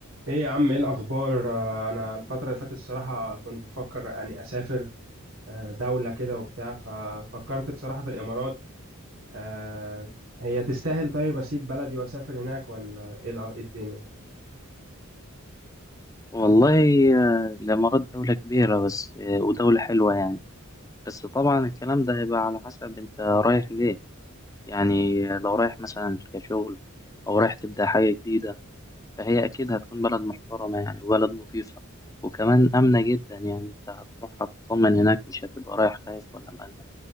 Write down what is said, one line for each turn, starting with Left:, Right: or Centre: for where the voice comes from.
Right: ايه يا عم ايه الاخبار آه، انا الفتره اللي فاتت الصراحه كنت بفكر يعني اسافر آه، دوله كده وبتاع ففكرت بصراحه في الامارات آه، هي تستاهل طيب اسيب بلدي واسافر هناك ولا ايه الأ- إيه الدنيا
Left: والله آه، الإمارات دولة كبيرة بس آه، ودولة حلوة يعني بس طبعا الكلام ده هيبقى على حسب أنت رايح ليه يعني لو رايح مثلا كشغل أو رايح تبدأ حاجة جديدة فهي أكيد هتكون بلد محترمة يعني وبلد نظيفة وكمان آمنة جدا يعني أنت هتروح هتطمن هناك مش هتبقى رايح خايف ولا مقلق